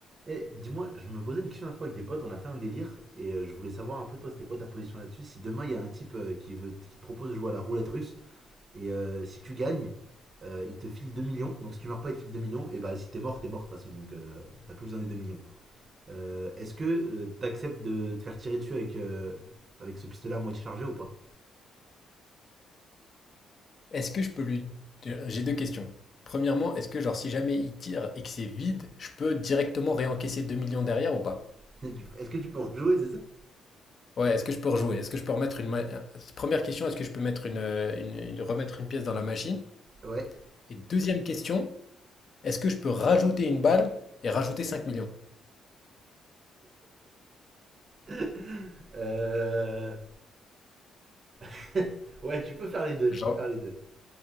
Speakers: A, on the right; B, on the left.
A: Eh, dis-moi, je me posais une question la fois avec des potes, on a fait un délire, et euh, je voulais savoir un peu toi, c'était quoi ta position là-dessus? Si demain il y a un type euh, qui veut, qui te propose de jouer à la roulette russe, et euh, si tu gagnes, euh, il te file 2 millions, donc si tu meurs pas, il te file 2 millions, et bah si t'es mort, t'es mort de toute façon, donc euh, t'as plus besoin des 2 millions. Euh, est-ce que euh, t'acceptes de te faire tirer dessus avec, euh, avec ce pistolet à moitié chargé ou pas?
B: Est-ce que je peux lui... J'ai deux questions. Premièrement, est-ce que genre si jamais il tire et que c'est vide, je peux directement réencaisser 2 millions derrière ou pas?
A: <laughs> Tu- Est-ce que tu peux rejouer, c'est ça?
B: Ouais, est-ce que je peux rejouer? Est-ce que je peux remettre une... ma- Première question, est-ce que je peux mettre une, euh, une- une- remettre une pièce dans la machine?
A: Ouais.
B: Et deuxième question, est-ce que je peux rajouter une balle et rajouter 5 millions?
A: <laughs> Euh, <laughs> Ouais, tu peux faire les deux,
B: Genre,
A: tu peux faire les deux.